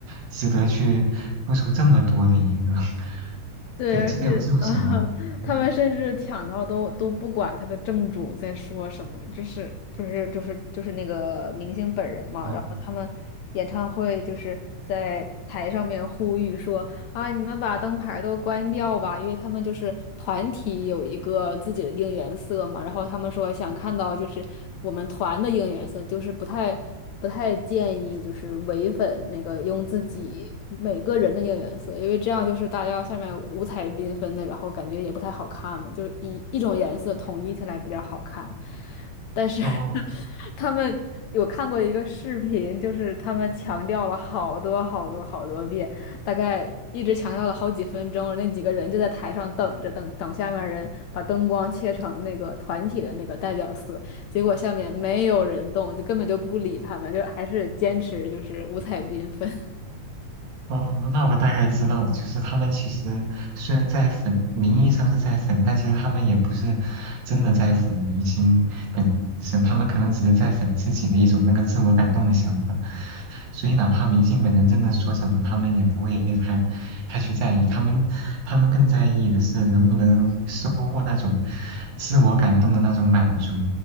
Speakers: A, on the right; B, on the left.
A: 值得去付出这么多的一个，<laughs>
B: 对，
A: 就这有这有什么，
B: 而且啊，<laughs>
A: 嗯
B: 他们甚至抢到都都不管他的正主在说什么，就是就是就是就是那个明星本人嘛。
A: 哦
B: 然后他们演唱会就是在台上面呼吁说啊，你们把灯牌都关掉吧，因为他们就是团体有一个自己的应援色嘛，然后他们说想看到就是我们团的应援色，就是不太不太建议就是唯粉那个用自己每个人的应援色，因为这样就是大家下面五彩缤纷的，然后感觉也不太好看嘛，就是一一种颜色统一起来比较好看。但是
A: 哦
B: <laughs> 他们有看过一个视频，就是他们强调了好多好多好多遍。大概一直强调了好几分钟，那几个人就在台上等着，等等下面人把灯光切成那个团体的那个代表色，结果下面没有人动，就根本就不理他们，就还是坚持就是五彩缤纷。<laughs>
A: 哦，那我大概知道了，就是他们其实虽然在粉，名义上是在粉，但其实他们也不是真的在粉明星本身，他们可能只是在粉自己的一种那个自我感动的想法。所以哪怕明星本人真的说什么，他们也不会太太去在意，他们他们更在意的是能不能收获那种自我感动的那种满足，